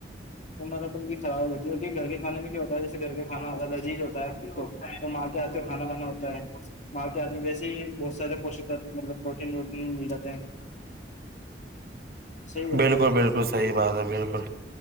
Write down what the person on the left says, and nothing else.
ج وہران کی ہو جی ہے اور گھر کے کھے میں کیا ہوتا ہے جیسے گھر کا کھا آتا ہے لذیج ہوتا ہے دھ کو تو م آتے آتے کھانا بانا ہوتا ہے مال کے آدمی ویسے ہی بہت سارے پوشک مطلب پروٹین ووٹین مل جاتے ہیں صحیح رہتا
ہے گھر کا
کھانا